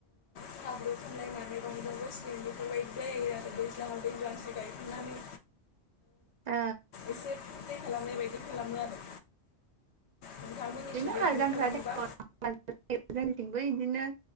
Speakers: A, on the left (about 65°); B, on the right (about 50°).
A: साब्र' सामलायनानै रंजाम बस्ं बेफोरबायदि जायो आरो दैज्लाङाव दैज्लांस गायखांनानै
B: ओ
A: एसे फुरथि खालामनाय बायदि खालामो आरो नोंथांमोननिथिंबो
B: बिदिनो हालजांख्रा
A: खालामोबा
B: <unintelligible> जोंनिथिंबो बिदिनो